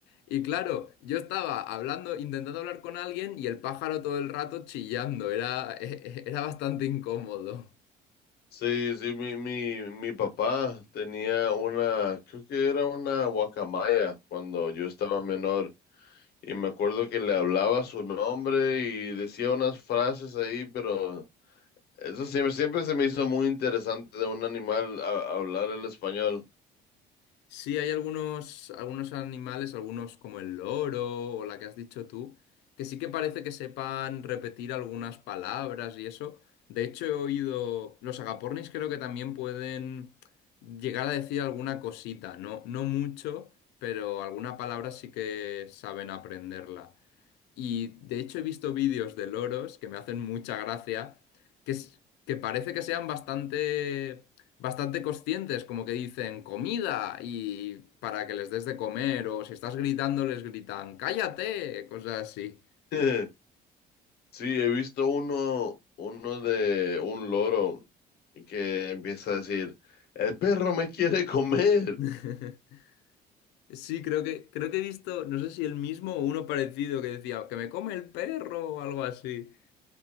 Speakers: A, on the left; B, on the left.
A: Y claro, yo estaba hablando, intentando hablar con alguien y el pájaro todo el rato chillando, era, <laughs> era bastante incómodo.
B: Sí, sí, mi, mi, mi papá tenía una, creo que era una guacamaya cuando yo estaba menor y me acuerdo que le hablaba su nombre y decía unas frases ahí, pero eso siempre, siempre se me hizo muy interesante de un animal a- hablar el español.
A: Sí, hay algunos, algunos animales, algunos como el loro o la que has dicho tú, que sí que parece que sepan repetir algunas palabras y eso. De hecho, he oído, los agapornis creo que también pueden llegar a decir alguna cosita, no, no mucho, pero alguna palabra sí que saben aprenderla. Y de hecho he visto vídeos de loros que me hacen mucha gracia, que, es- que parece que sean bastante, bastante conscientes, como que dicen comida y para que les des de comer, o si estás gritando les gritan cállate, cosas así.
B: <laughs> Sí, he visto uno, uno de un loro que empieza a decir, el perro me quiere comer.
A: <laughs> Sí, creo que, creo que he visto, no sé si el mismo o uno parecido que decía que me come el perro o algo así.